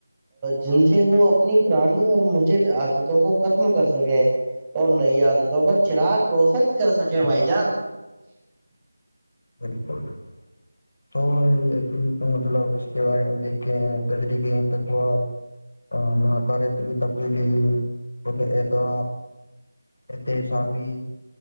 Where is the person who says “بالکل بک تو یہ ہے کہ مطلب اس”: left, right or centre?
Left